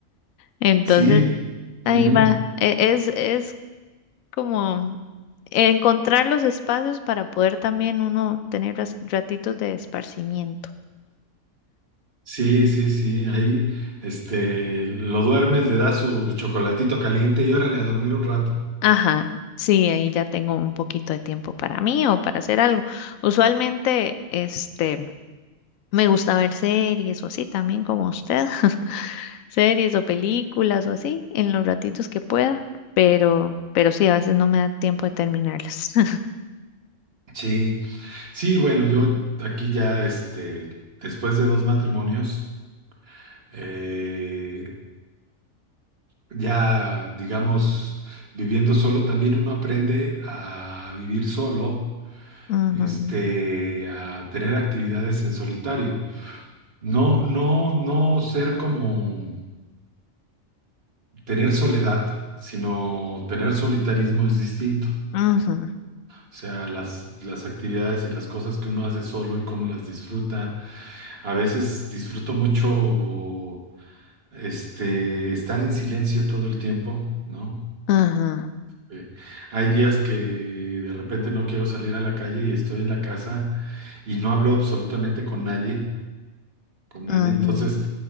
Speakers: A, on the left; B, on the right.
A: Entonces,
B: Sí,
A: ahí
B: ujú.
A: va. E- Es, es como encontrar los espacios para poder también uno tener ras- ratitos de esparcimiento.
B: Sí, sí, sí. Ahí, este, lo duermes, le das su chocolatito caliente y órale a dormir un rato.
A: Ajá. Sí, ahí ya tengo un poquito de tiempo para mí o para hacer algo. Usualmente, este, me gusta ver series o así también como usted. <laughs> series o películas o así en los ratitos que pueda, pero, pero sí, a veces no me da tiempo de terminarlas. <laughs>
B: Sí. Sí, bueno, yo aquí ya, este, después de dos matrimonios, eh, ya, digamos, viviendo solo, también uno aprende a vivir solo,
A: Ujú,
B: este, a tener actividades en solitario. No, no, no ser como tener soledad, sino tener solitarismo es distinto.
A: ujú,
B: O sea, las, las actividades y las cosas que uno hace solo y cómo las disfruta. A veces disfruto mucho este, estar en silencio todo el tiempo, ¿no?
A: ujú,
B: Eh, hay días que de repente no quiero salir a la calle y estoy en la casa y no hablo absolutamente con nadie, con nadie.
A: ujú.
B: Entonces,